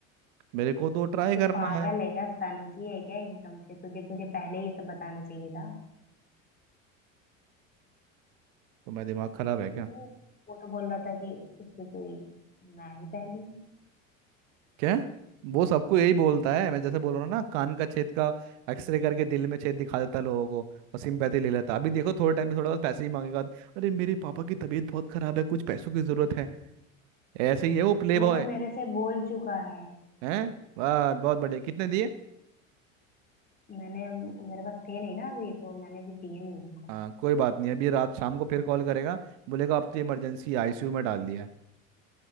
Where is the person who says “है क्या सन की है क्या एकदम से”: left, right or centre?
Left